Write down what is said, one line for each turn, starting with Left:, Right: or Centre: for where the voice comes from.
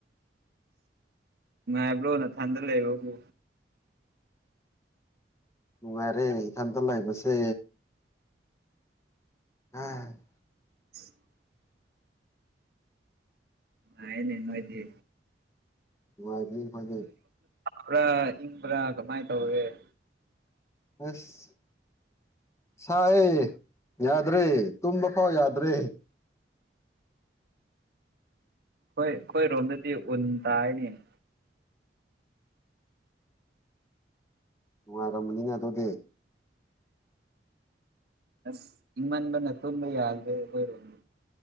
Right: ꯉꯥꯏꯕ꯭ꯔꯣ ꯅ ꯊꯟꯗ ꯂꯩꯕꯕꯨ?
Left: ꯅꯨꯡꯉꯥꯏꯔꯦ ꯏꯊꯟꯇ ꯂꯩꯕꯁꯦ꯫ <unintelligible>
Right: <unintelligible> ꯐꯥꯏꯅꯦ ꯅꯣꯏꯗꯤ
Left: ꯅꯨꯡꯉꯥꯏꯔꯤ ꯑꯈꯣꯏꯗꯤ
Right: ꯕ꯭ꯔꯥ ꯏꯪꯕ꯭ꯔꯥ ꯀꯃꯥꯏꯅ ꯇꯧꯔꯒꯦ?
Left: ꯍꯁ ꯁꯥꯏꯌꯦ ꯌꯥꯗ꯭ꯔꯦ ꯇꯨꯝꯕ ꯐꯥꯎ ꯌꯥꯗ꯭ꯔꯦ꯫
Right: ꯍꯣꯏ ꯑꯈꯣꯏꯔꯣꯝꯗꯗꯤ ꯎꯟ ꯇꯥꯏꯅꯦ ꯫
Left: ꯅꯨꯡꯉꯥꯏꯔꯝꯕꯅꯤꯅ ꯑꯗꯨꯗꯤ
Right: ꯑꯁ ꯏꯪꯃꯟꯕꯅ ꯇꯨꯝꯕ ꯌꯥꯗ꯭ꯔꯦ ꯑꯩꯈꯣꯏꯔꯣꯝꯗꯤ꯫